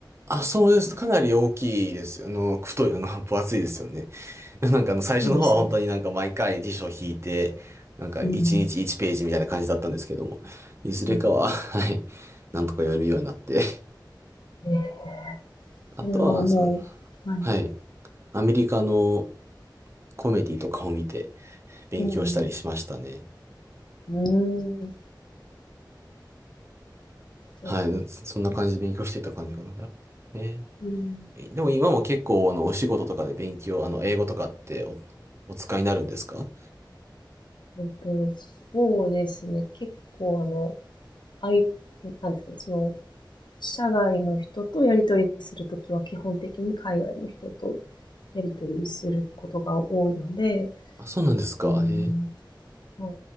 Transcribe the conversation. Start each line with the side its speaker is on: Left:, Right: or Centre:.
Right: あ、そうです。かなり大きいです。あの、太い、あの、<laughs> 分厚いですよね。<laughs> でなんかあの、最初の方は本当になんか毎回辞書を引いて、
Left: そうですよね。
Right: なんか1日1ページみたいな感じだったんですけども、
Left: うん。
Right: いずれかは、
Left: はい。
Right: <laughs> はい、なんとか読めるようになって。<laughs>
Left: えー
Right: あとは、
Left: それはもう、
Right: あの
Left: はい。
Right: はい、アメリカのコメディとかを見て勉強したりしましたね。
Left: うん。うん。うんじゃあ
Right: はい、そそんな感じで勉強していた感じかな。やっね、
Left: うん
Right: でも今も結構、あの、お仕事とかで勉強、あの、英語とかってお、お使いになるんですか
Left: えっと、そうですね。結構、あの、あい、なんですかね、その、社外の人とやり取りするときは、基本的に海外の人とやり取りすることが多いので、
Right: あ、そうなんですか。
Left: うん、
Right: えー、
Left: はい。